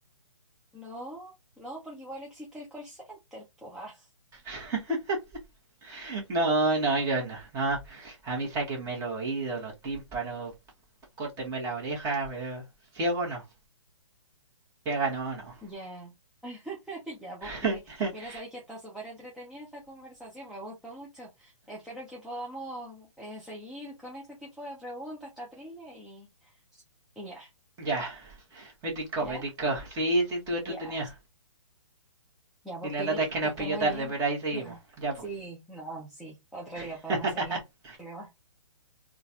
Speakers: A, in the centre; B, on the right.
A: No, no, porque igual existe el call center, pues. ah,
B: <laughs> No, no, yo no, no. A mí sáquenme los oídos, los tímpanos, córtenme la oreja, pero ciego no. Ciega no, no.
A: ya. <laughs> Ya, pues Pili,
B: <laughs>
A: mira, sabéis que está súper entretenida esta conversación, me gustó mucho. Espero que podamos eh, seguir con este tipo de preguntas, esta trilla y, y ya,
B: Ya, me tincó,
A: ya,
B: me tincó. Sí, sí, estuvo entretenido.
A: ya, ya, pues
B: Y la
A: Pili,
B: lata es que nos
A: que estés
B: pilló
A: muy
B: tarde,
A: bien.
B: pero ahí seguimos.
A: Dígame.
B: Ya, pues.
A: Sí, no, sí, otro
B: <laughs>
A: día podemos seguir. Problema.